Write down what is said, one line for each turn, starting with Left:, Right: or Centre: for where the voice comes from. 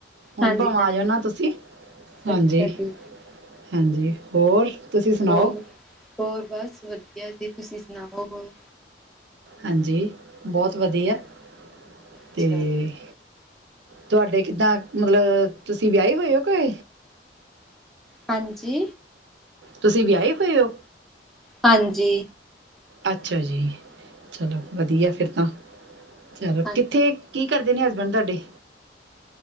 Right: ਹੁਣ
Centre: ਹਾਂਜੀ
Right: ਭਾਵੇ
Centre: ਹਾਂਜੀ
Right: ਆ ਜਾਣਾ ਤੁਸੀਂ ਹਾਂਜੀ
Centre: ਅੱਛਾ ਜੀ
Right: ਹਾਂਜੀ ਹੋਰ। ਤੁਸੀਂ ਸੁਣਾਓ
Centre: ਹੋਰ ਹੋਰ ਬਸ ਵਧੀਆ ਜੀ ਤੁਸੀਂ ਸੁਣਾਓ ਹੋਰ।
Right: ਹਾਂਜੀ ਬਹੁਤ ਵਧੀਆ ਅਤੇ।
Centre: ਅੱਛਾ
Right: ਤੁਹਾਡੇ ਕਿੱਦਾਂ ਮਤਲਬ ਤੁਸੀਂ ਵਿਆਹੀ ਹੋਏ ਹੋ ਕੋ
Centre: ਹਾਂਜੀ
Right: ਤੁਸੀਂ ਵਿਆਹੇ ਹੋਏ ਹੋ
Centre: ਹਾਂਜੀ
Right: ਅੱਛਾ ਜੀ ਚਲੋ ਵਧੀਆ ਫਿਰ ਤਾਂ। ਚਲੋ
Centre: ਹਾਂ-
Right: ਕਿੱਥੇ ਕੀ ਕਰਦੇ ਨੇ ਹਸਬੈਂਡ ਤੁਹਾਡੇ